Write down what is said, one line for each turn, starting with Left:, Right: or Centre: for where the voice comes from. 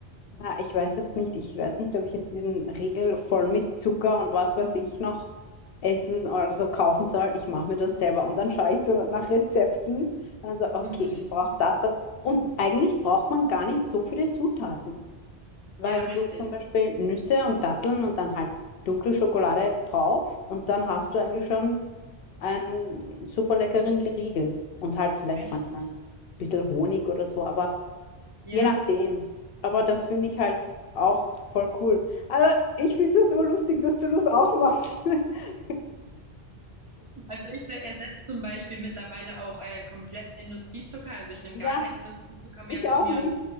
Left: Na, ich weiß jetzt nicht, ich weiß nicht, ob ich jetzt diesen Riegel voll mit Zucker und was weiß ich noch essen oder so kaufen soll. Ich mache mir das selber und dann schaue ich so nach Rezepten und dann so, okay,
Right: Mhm.
Left: ich brauche das, das. Und eigentlich braucht man gar nicht so viele Zutaten, weil
Right: Ja,
Left: wenn
Right: richtig.
Left: du zum Beispiel Nüsse und Datteln und dann halt dunkle Schokolade drauf und dann hast du eigentlich schon einen super leckeren Riegel und halt vielleicht
Right: Richtig.
Left: manchmal ein bisschen Honig oder so, aber
Right: Ja.
Left: Je nachdem. Aber das finde ich halt auch voll cool. Aber ich finde das so lustig, dass du das auch machst. <laughs>
Right: Also ich ersetze zum Beispiel mittlerweile auch äh, komplett Industriezucker. Also ich nehme
Left: Ja,
Right: gar keinen Industriezucker mehr
Left: ich
Right: zu
Left: auch
Right: mir
Left: nicht.
Right: und